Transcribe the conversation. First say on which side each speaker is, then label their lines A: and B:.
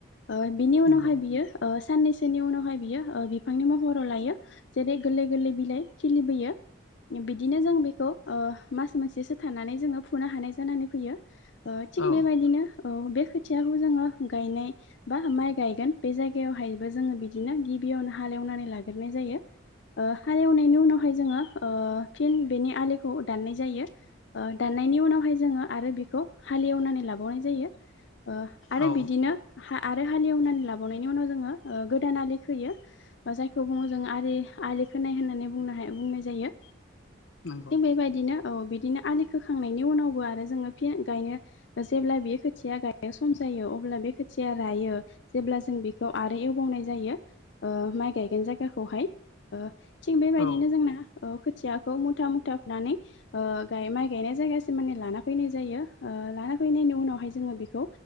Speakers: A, on the left (about 65°); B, on the left (about 90°).
A: ओ बिनि उनावहाय
B: नंगौ
A: बियो ओ साननैसोनि उनावहाय बियो ओ बिफांनि महराव लायो जेरै गोरलै गोरलै बिलाइ खिलिबोयो। बिदिनो जों बेखौ ओ मास मोनसेसो थानानै जोंङो फुनो हानाय जानानै फैयो। ओ थिग
B: औ
A: बेबायदिनो औ बे खोथियाखौ जोंङो गायनाय बा माइ गायगोन बे जायगायावहायबो जोंङो बिदिनो गिबियावनो हालेवनानै लाग्रोनाय जायो। ओ हालेवनायनि उनावहाय जोंङो ओ फिन बेनि आलिखौ दाननाय जायो ओ दान नायनि उनावहाय जोंङो आरो बिखौ हालि एवनानै लाबावनाय जायो ओ आरो
B: औ
A: बि हा आरो हालेवनानै लाबावनायनि उनाव जोंङो ओ गोदान आलि खोयो ओ जायखौ बुंङो जोंङो आलि आलि खोनाय होननानै बुंनो हाय बुंनाय जायो
B: नंगौ
A: थिग बे बायदिनो। औ बिदिनो आलि खोखांनायनि उनावबो आरो जोंङो फिन गायनो जेब्ला बेयो खोथिया गायनो सम जायो अब अब्ला बे खोथिया रायो जेब्ला जों बेखौ आरो एवबावनाय जायो ओ माइ गायगोन जायगाखौ। बहाय ओ थिग बेबायदिनो
B: औ
A: जोंना ओ थियाखौ मुथा मुथा फुनानै ओ गाय माइ गायनाय जायगासिम माने लाना फैनाय जायो ओ लाना फैनायनि उनावहाय जोंङो बिखौ